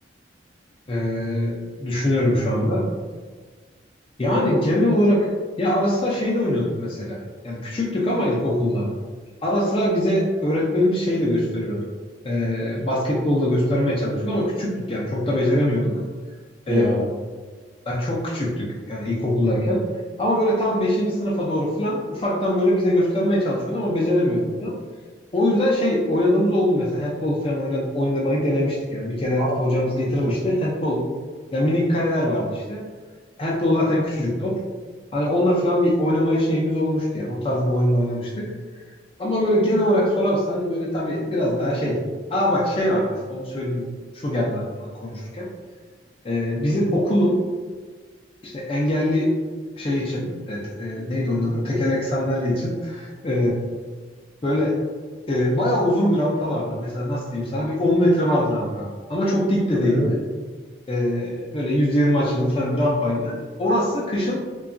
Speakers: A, on the left (about 30°); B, on the right (about 25°).
A: E, düşünüyorum şu anda. Yani genel olarak ya ara sıra şey de oynuyorduk mesela. Yani küçüktük ama ilkokulda. Ara sıra bize öğretmenimiz şey de gösteriyordu. E, basketbol da göstermeye çalışıyordu ama küçüktük yani çok da beceremiyorduk.
B: Ya.
A: E, Yani çok küçüktük yani ilkokuldayken. Ama böyle tam beşinci sınıfa doğru falan ufaktan böyle bize göstermeye çalışıyordu ama beceremiyordu falan. O yüzden şey oynadığımız oldu mesela handball falan oyna- oynamayı denemiştik yani. Bir kere
B: Aa,
A: hocamız
B: çok
A: getirmişti
B: güzel.
A: handball. Yani minik kaleler vardı işte. Handball zaten küçücük top. Hani onunla falan bir oynamaya şeyimiz olmuştu yani. O tarz bir oyunla oynamıştık. Ama böyle genel olarak sorarsan böyle tabii biraz daha şey. Aa bak şey var mesela onu söyleyeyim. Şu geldi aklıma konuşurken. Ee, bizim okulun işte engelli şey için evet, e, neydi onun adı? Tekerlek sandalye için e, böyle e, bayağı uzun bir rampa vardı. Mesela nasıl diyeyim sana bir 10 metre vardı rampa. Ama çok dik de değildi.
B: Aynen.
A: E, böyle 120 açılı falan bir rampaydı. Orası kışın